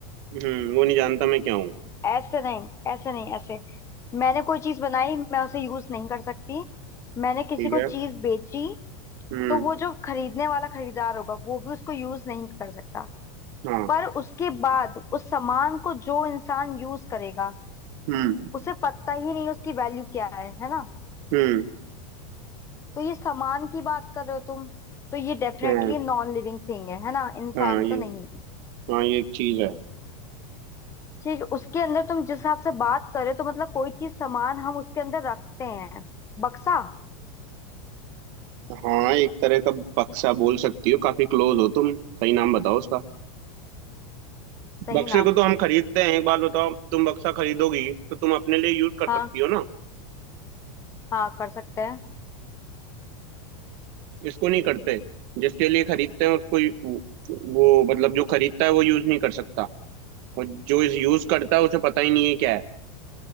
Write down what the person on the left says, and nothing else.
ऐसे नहीं ऐसे नहीं ऐसे मैंने कोई चीज बनाई मैं उसे यूज नहीं कर सकती मैंने किसी
को
चीज बेची
तो वो जो खरीदने वाला खरीदार होगा वो भी उसको यूज नहीं कर सकता
पर उसके बाद उस सामान को जो इंसान यूज करेगा
उसे पता ही नहीं उसकी वैल्यू क्या है है ना
तो ये सामान की बात कर रहे हो तुम तो ये डेफिनेटली
नॉन लिविंग थिंग है है ना इंसान
तो नहीं है
ठीक है उसके अंदर तुम जिस हिसाब से बात कर रहे हो तो मतलब कोई चीज सामान हम उसके अंदर रखते हैं बक्सा
सही
नाम
हाँ
हाँ कर सकते हैं